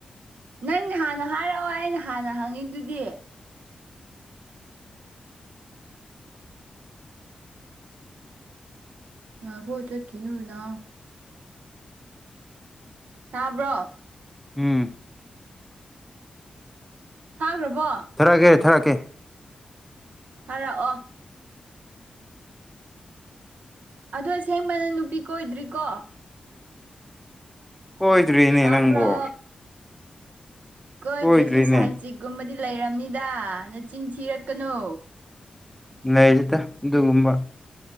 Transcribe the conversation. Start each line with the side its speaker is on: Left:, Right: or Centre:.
Right: ꯅꯪꯅꯦ ꯍꯥꯟꯅ ꯍꯥꯏꯔꯛꯑꯣ ꯑꯩꯅ ꯍꯥꯟꯅ ꯍꯪꯉꯤꯗꯨꯗꯤ ꯑꯈꯣ ꯆꯠꯈꯤꯅꯅ ꯇꯥꯕ꯭ꯔꯣ
Centre: ꯎꯝ
Right: ꯊꯥꯈ꯭ꯔꯕꯣ
Centre: ꯊꯔꯛꯑꯀꯦ ꯊꯔꯛꯀꯦ
Right: ꯊꯥꯔꯛꯑꯣ ꯑꯁꯦꯡꯕꯅ ꯅꯨꯄꯤ ꯀꫭꯏꯗ꯭ꯔꯤꯀꯣ
Centre: ꯀꯣꯏꯗ꯭꯭ꯔꯤꯅꯦ
Right: ꯇꯥꯕ꯭ꯔꯣ
Centre: ꯅꯪꯕꫭ
Right: ꯀꯣꯏ
Centre: ꯀꯣꯏꯗ꯭ꯔꯤꯅꯦ
Right: ꯇ꯭ꯔꯁꯨ ꯁꯥꯏꯠ ꯆꯤꯛꯒꯨꯝꯕꯗꯤ ꯂꯩꯔꯕꯝꯅꯤꯗ ꯅꯆꯤꯟ ꯊꯤꯔꯛꯀꯅꯨ
Centre: ꯂꯩꯩꯖꯗ ꯑꯗꯨꯒꯨꯝꯕ